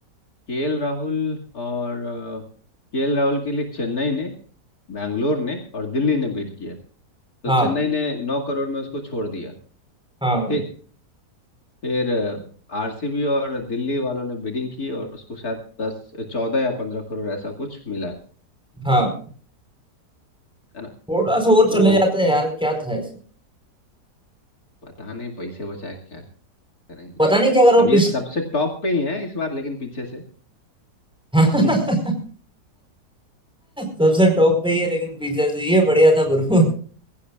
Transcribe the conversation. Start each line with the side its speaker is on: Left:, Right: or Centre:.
Left: केएल राहुल और केएल राहुल के लिए चेन्नई ने बैंगलोर ने और दिल्ली ने बीट किया तो
Centre: हाँ
Left: चेन्नई ने नौ करोड़ में उसको छोड़ दिया
Centre: हाँ भाई
Left: ठीक फिर आरसीबी और दिल्ली वालों ने बिडिंग की और उसको शायद दस चौदह या पंद्रह करोड़ ऐसा कुछ मिला
Centre: हाँ
Left: है ना
Centre: थोड़ा सा और चले
Left: तो
Centre: जाते हैं यार क्या था इसमें
Left: पता नहीं पैसे बचाए क्या करेंगे
Centre: पता नहीं क्या करो
Left: अब ये
Centre: पिछ
Left: सबसे टॉप पे ही है इस बार लेकिन पीछे से
Centre: <laughs>
Left: हम्म,
Centre: सबसे टॉप पे ही है लेकिन पीछे से ये बढ़िया था गुरु